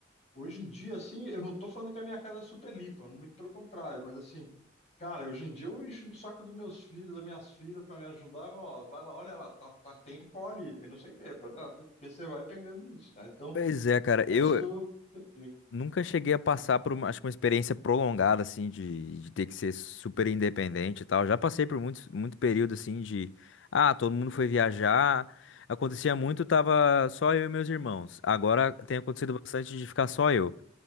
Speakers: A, on the left; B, on the left.
A: Hoje em dia, assim, eu não tô falando que a minha casa é super limpa, muito pelo contrário, mas assim, cara, hoje em dia eu encho o saco dos meus filhos, das minhas filhas para me ajudar, eu falo, ó, vai lá, olha lá, tá, tá- tem pó ali, tem não sei o quê, pra- ah, porque você vai pegando isso, cara. Então,
B: Pois é, cara, eu,
A: é isso que eu, eu digo.
B: Nunca cheguei a passar
A: Uhum.
B: por uma, acho que uma experiência prolongada, assim, de, de ter que ser super independente e tal. Já passei por muitos, muito período, assim, de... Ah, todo mundo foi viajar. Acontecia muito, tava só eu e meus irmãos. Agora tem acontecido bastante de ficar só eu.